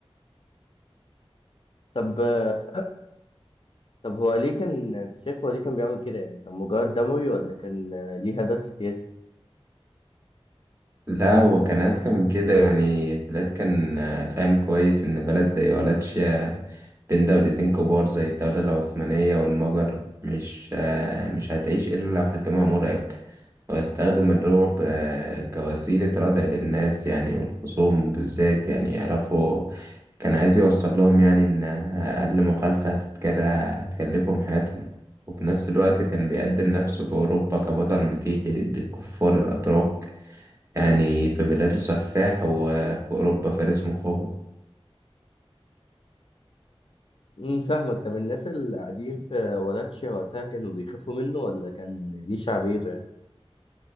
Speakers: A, on the left; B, on the right.
A: طب آه، طب هو ليه كان أنت شايف هو ليه كان بيعمل كده يعني كان مجرد دموي ولا كان آه، ليه هدف سياسي؟
B: لا هو كان أذكى من كده يعني فيلاد كان آه، فاهم كويس إن بلد زي ولاتشيا بين دولتين كبار زي الدولة العثمانية والمجر مش آه، مش هتعيش إلا لو حكمها مرعب ويستخدم الرعب آه، كوسيلة ردع للناس يعني والخصوم بالذات يعني يعرفوا كان عايز يوصل لهم يعني إن أقل مخالفة هتتكل- هتكلفهم حياتهم وفي نفس الوقت كان بيقدم نفسه في أوروبا كبطل مسيحي ضد الكفار الأتراك يعني في بلاده سفاح وفي أوروبا فارس مقاوم
A: امم فاهمك طب الناس اللي قاعدين في ولاتشيا وقتها كانوا بيخافوا منه ولا كان ليه شعبيته يعني؟